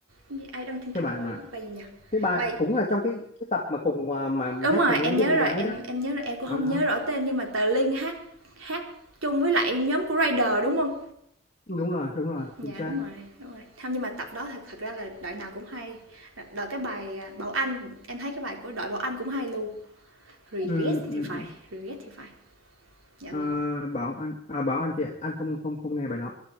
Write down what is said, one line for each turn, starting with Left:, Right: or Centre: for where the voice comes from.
Right: Cái gì? I don't thinking
Left: cái bài
Right: about
Left: mà
Right: you. Bài gì nhỉ?
Left: cái bài
Right: Bài
Left: cũng là trong cái cái tập mà cùng à, mà
Right: đúng
Left: hát
Right: rồi,
Left: cùng với
Right: em
Left: mấy đứa
Right: nhớ
Left: con
Right: rồi,
Left: gái
Right: em
Left: đó
Right: em nhớ rồi, em cũng
Left: đó,
Right: không
Left: đó.
Right: nhớ rõ tên nhưng mà tờ Linh hát hát chung với lại nhóm của Rider đúng không?
Left: đúng rồi đúng rồi
Right: Dạ
Left: chính xác
Right: đúng rồi, đúng rồi. Không nhưng mà tập đó thật thật ra là đội nào cũng hay. đội cái bài à, Bảo Anh, em thấy cái bài của đội Bảo Anh cũng hay luôn. Regret
Left: ừ, ừ.
Right: thì phải,
Left: ừ.
Right: regret thì phải. Dạ
Left: À,
Right: vâng.
Left: bảo anh à, bảo anh thì anh không không không nghe bài đó